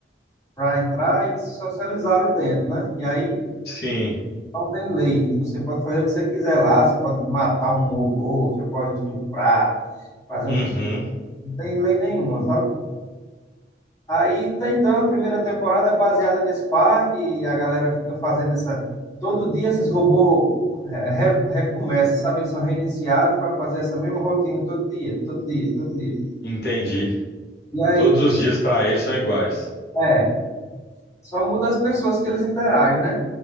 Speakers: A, on the left (about 20°); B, on the left (about 65°).
A: para entrar e se socializar ali dentro, né? E aí
B: sim.
A: não tem lei. Você pode fazer o que você quiser lá, você pode matar um robô, você pode estuprar, fazer
B: Uhum,
A: o que... Não tem lei nenhuma, sabe? Aí tá então a primeira temporada é baseada nesse parque e a galera fica fazendo essa todo dia esses robôs re- recomeçam, sabe? Eles são reiniciados para fazer essa mesma rotina todo dia, todo dia, todo dia.
B: entendi.
A: E aí,
B: Todos os dias pra ele são iguais.
A: é, só muda as pessoas que eles interagem, né?